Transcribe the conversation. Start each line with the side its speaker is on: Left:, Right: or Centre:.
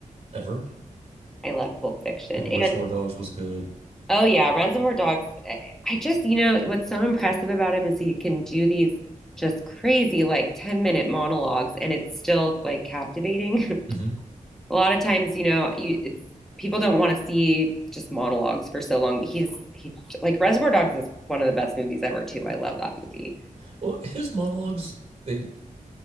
Right: ever.
Centre: <laughs> I love Pulp Fiction.
Right: Like Reservoir
Centre: And
Right: Dogs was good.
Centre: oh yeah, Reservoir Dogs. I I just, you know, what's so impressive about him is he can do these just crazy like 10 minute monologues and it's still like captivating. <laughs>
Right: hmm
Centre: A lot of times, you know, you it's people don't want to see just monologues for so long, but he's he like Reservoir Dogs is one of the best movies ever too. I love that movie.
Right: Well, his monologues they